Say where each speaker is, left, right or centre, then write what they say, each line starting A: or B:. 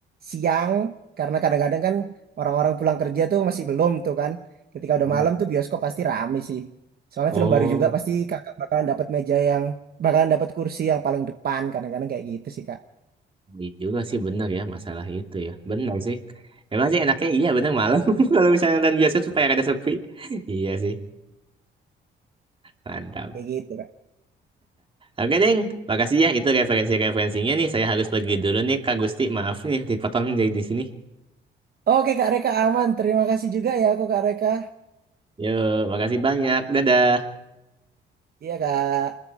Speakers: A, on the right (about 50°); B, on the right (about 25°).
A: siang, karena kadang-kadang kan orang-orang pulang kerja tuh masih belum tuh kan. Ketika udah
B: Hmm.
A: malam tuh bioskop pasti rame sih. Soalnya
B: Oh,
A: film baru juga pasti kakak bakalan dapat meja yang, bakalan dapat kursi yang paling depan. Kadang-kadang kayak gitu sih kak.
B: iya juga sih benar ya masalah itu ya. Benar sih. Emang sih enaknya iya benar malam <laughs> kalau misalnya nonton biasa supaya ada sepi. <laughs> Iya sih. Mantap.
A: Kayak gitu kak.
B: Oke, Ding. Makasih ya. Itu referensi-referensinya nih. Saya harus pergi dulu nih, Kak Gusti. Maaf nih, dipotong dari di sini.
A: Oke kak Reka aman. Terima kasih juga ya aku kak Reka.
B: Yo, makasih banyak. Dadah.
A: Iya kak.